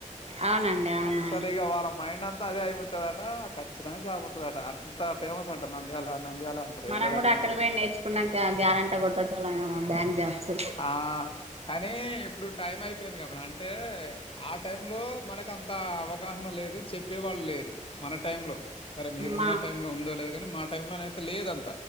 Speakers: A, on the right; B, on the left.
A: అవునండి అవునవును
B: అస్సలు ఇగ వాళ్ళ మైండ్ అం త్త అదే అయ్యి ఉంటదట ఖచ్చితంగా జాబ్ వోస్తాదట. అంత ఫేమస్ అంట నంద్యాల నంద్యాల అంటారు
A: మనం
B: ఎవరు
A: కూడా
B: అడిగినా
A: అక్కడ
B: గాని
A: పోయి నేర్చుకున్నాక గ్యారంటీ కొట్టేటోల్లం ఏమో బ్యాంక్ జాబ్స్
B: ఆ కానీ ఇప్పుడు టైం అయిపోయింది. గా మేడం అంటే ఆ టైంలో మనకు అంత అవగాహన లేదు చెప్పే వాళ్ళు లేరు మన టైంలో సరే మీరున్న
A: మా
B: టైం లో ఉందో లేదు కాని మా టైం లో నైతే లేదం